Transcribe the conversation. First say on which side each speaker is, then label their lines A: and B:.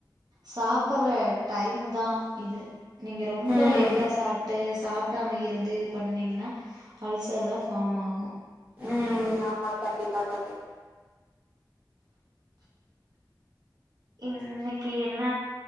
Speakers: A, on the right; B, on the right.
A: சாப்பற டைம் தான் இது நீங்க ரொம்ப
B: ம்
A: லேட்டா சாப்ட்டு சாப்பிடாம இருந்து இது பண்ணீங்கன்னா அல்சலர் தான் ஃபார்ம் ஆகும்
B: ம் ஆமா கண்டிப்பா தோழி
A: இன்னைக்கு என்ன